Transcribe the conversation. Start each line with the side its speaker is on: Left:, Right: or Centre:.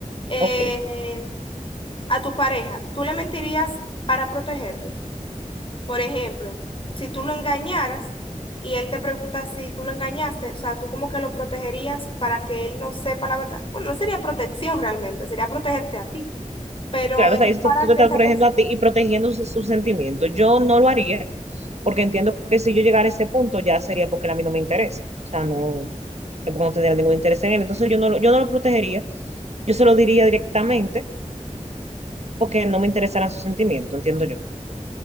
Left: Eh,
Right: ok.
Left: a tu pareja, ¿tú le mentirías para protegerlo? Por ejemplo, si tú lo engañaras y él te pregunta si tú lo engañaste, o sea, tú como que lo protegerías para que él no sepa la verdad. Bueno, no sería protección realmente, sería protegerte a ti, pero
Right: Claro,
Left: es
Right: o sea, ahí está-
Left: para
Right: tú te
Left: que
Right: estás
Left: esa
Right: protegiendo
Left: persona...
Right: a ti y protegiendo sus, sus sentimientos. Yo no lo haría porque entiendo que si yo llegara a ese punto ya sería porque a mí no me interesa. O sea, no, es porque no tendría ningún interés en él. Entonces yo no, lo- yo no lo protegería, yo se lo diría directamente porque no me interesaran sus sentimientos, entiendo yo.